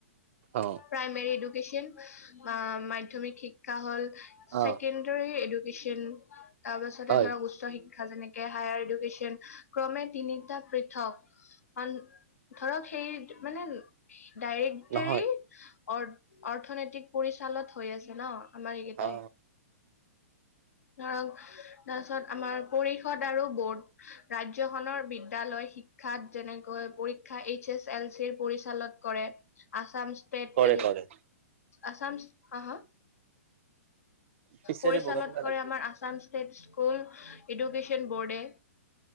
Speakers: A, on the right (about 55°); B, on the left (about 75°).
A: অ
B: প্ৰাইমৰী এডুক্যচন মাধমিক শিক্ষা হল ছেকেণ্ড
A: অ
B: ৰে এডুকেশ্যন। তাৰ পাছতে
A: হয়
B: ধৰক উচ্চ শিক্ষা যেনেকে হায়াৰ এডুকেশ্যন ক্ৰমে তিনিটা পৃথক। অ', ধৰক সেই মানে ডাইৰেক্টৰ
A: নহয়
B: অ-অৰ্থনৈতিক পৰিচালত হৈ আছে ন। আমাৰ এইকেইটাই।
A: অ
B: ধৰক তাৰপিছত আমাৰ পৰিষদ আৰু বৰ্ড। ৰাজ্যখনৰ বিদ্যালয় শিক্ষাত যেনেকৈ পৰীক্ষা এইচ এচ এল চিৰ পৰিচালন কৰে। আছাম ষ্টেট
A: কৰে কৰে
B: আছাম হা, হা
A: পিছেৰে
B: পৰিচালত
A: বগা বগা লাগি
B: আমাৰ আছাম ষ্টেট স্কুল এডুকেশ্যন বোৰ্ডে।